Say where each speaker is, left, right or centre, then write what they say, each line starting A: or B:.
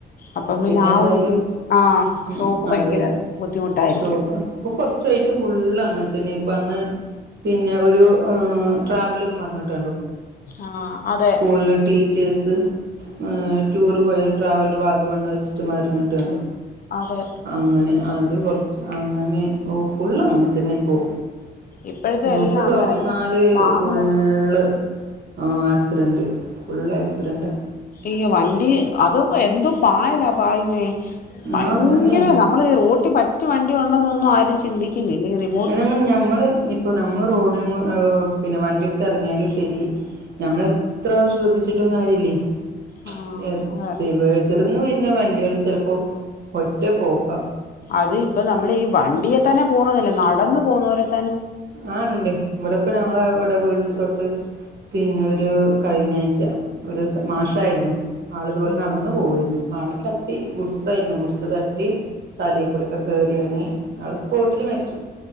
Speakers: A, on the left (about 50°); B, on the right (about 65°).
A: അപ്പം
B: പിന്നെ
A: ആ
B: എന്തായാലും
A: ഒരു രീ ആഹ്
B: ഉം
A: ഷോക്ക് ഭയങ്കര
B: അത്
A: ബുദ്ധിമുട്ടായിരിക്കും
B: ഷോക്ക് ഇപ്പൊ കൊറ ചോയ്ട്ട് ഫുള്ള് അങ്ങനെത്തന്നെ ഇപ്പഅന്ന് പിന്നെ ഒരു അ് ട്രാവലർ മറിഞ്ഞിട്ടുണ്ടോ?
A: ആഹ് അതെ
B: സ്കൂൾല് ടീ ചേസ് സ് അ് ടൂറ് പോയ ട്രാവൽ ടെ വാഗംമണ്ണ് വെച്ചിട്ട് മറിഞിട്ട്ണ്ടോ?
A: അതെ
B: അങ്ങനെ അത് കുറച്ച് അങ്ങനെ ഓ ഫുള്ള്അങ്ങനെതന്നെ ഇപോ.
A: ഇപ്പോഴത്തെ
B: നൂസ്
A: എല്ലാം
B: തൊറന്നാല്
A: അങ്ങനെ ഇപ്പം വാഹന
B: ഫുള്ള്. ഓ ആക്സിഡന്റ് ഫുള്ള് ആക്സിഡന്റ്.
A: ഈ വണ്ടി അതും എന്ത്പായലാ പായന്നേ ഭയങ്കര
B: ആ അതാണേ
A: അ നമ്മള് അ് റോട്ടി പറ്റി വണ്ടി ഉണ്ടെന്നൊന്നും ആരും ചിന്തിക്കുന്നി റി
B: എന്നന്നും നഞമ്മള് ഇപ്പോ നമ്മൾ റോഡ <unintelligible> പിന്നെ വണ്ടിഎടുത്ത്റങ്ങിയാല്ശരി. ഞമ്മളെത്രറാ. ശ്രദ്ധിച്ചിട്ടും കാര്യല്ലേ. മ്ഷ്
A: ആ അതെ
B: എ എവ്ട്ജ്ന്ന് വരുന്ന വണ്ടികള് ചിലപ്പോ ഒറ്റ പോക്കാ.
A: അത് ഇപ്പ നമ്മൾ ഈ വണ്ടിയെ തന്നെ പോണൊന്നില്ല നടന്ന് പോകുന്നവരേം
B: ആഹ് ഇണ്ട് ഇവടെപ്പ ഞങ്ങള ഇവടെ വീടിന്റെ തൊട്ട് പിന്നെ ഒരു കഴിഞ്ഞാഴ്ച ഒരു മാഷായിരുന്നു. ആള്ത്പോലെ
A: ആ
B: നടന്ന് പോവേര്ന്നു ആളെ തട്ടി ഗുഡ്സായിരുന്നു ഗുഡ്സ് ത തലേ കൂടൊക്കെ കേറിയെറങ്ങി ആള് സ്പോട്ടില് മരിച്ചു